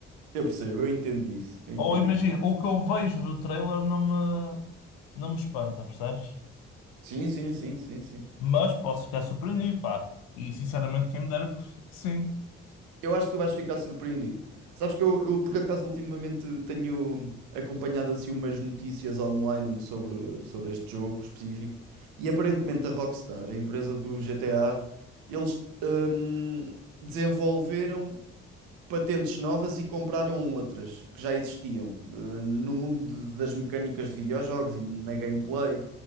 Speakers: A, on the right (about 75°); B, on the left (about 80°).
A: Eu percebo, eu entendo isso, eu entendo
B: Ou imagina,
A: isso.
B: o que eu vejo do trailer não me, não me espanta, percebes?
A: Sim, sim, sim, sim, sim.
B: Mas posso ficar surpreendido, pá. E sinceramente, quem me dera que que sim.
A: Eu acho que tu vais ficar surpreendido. Sabes que eu, eu, por acaso ultimamente tenho acompanhado assim umas notícias online sobre, sobre este jogo específico e aparentemente a Rockstar, a empresa do GTA, eles hum, desenvolveram patentes novas e compraram outras que já existiam eh, no mundo de- das mecânicas de videojogos e na gameplay.